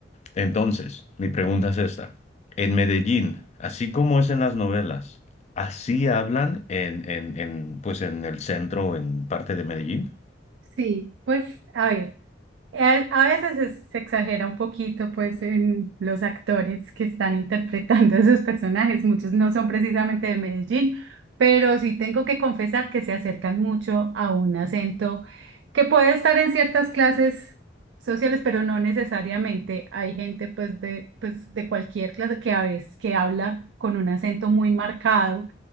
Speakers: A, on the left; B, on the right.
A: Entonces, mi pregunta es esta. En Medellín, así como es en las novelas, ¿así hablan en, en, en, pues en el centro, o en parte de Medellín?
B: Sí, pues a ver, eh, a veces es- se exagera un poquito pues en los actores que están <laughs> interpretando a esos personajes, muchos no son precisamente de Medellín, pero sí tengo que confesar que se acercan mucho a un acento que puede estar en ciertas clases sociales, pero no necesariamente. Hay gente pues de, pues, de cualquier clase que a veces que habla con un acento muy marcado